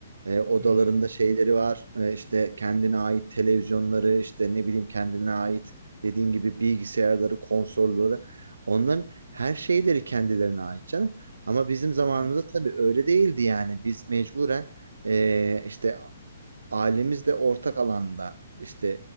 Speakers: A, on the right; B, on the right.
A: E, odalarında
B: Hı hı.
A: şeyleri var. E, işte kendine ait televizyonları, işte ne bileyim kendine ait dediğin gibi bilgisayarları, konsolları. Onların her şeyleri kendilerine ait canım. Ama bizim zamanımızda
B: Evet,
A: tabii öyle değildi yani. Biz mecburen e, işte ailemizle ortak alanda işte